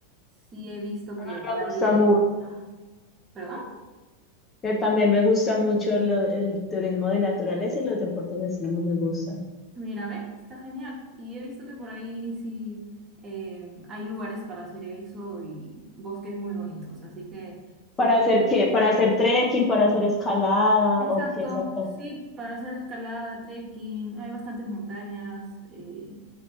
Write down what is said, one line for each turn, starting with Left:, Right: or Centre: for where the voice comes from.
Right: sí he visto
Left: Ah,
Right: que por
Left: me
Right: ahí,
Left: gusta mucho.
Right: ajá, ¿perdón?
Left: Eh, También me gusta mucho lo- el turismo de naturaleza y los deportes extremos me gustan.
Right: Mira, ve, está genial. Y he visto que por ahí sí eh, hay lugares para hacer eso y bosques muy bonitos. Así que sí
Left: ¿Para
Right: es que...
Left: hacer qué?
Right: sí,
Left: ¿Para hacer trekking? ¿Para hacer escalada?
Right: Exacto,
Left: ¿O qué exactamente?
Right: sí, para hacer escalada, trekking, hay bastantes montañas, eh,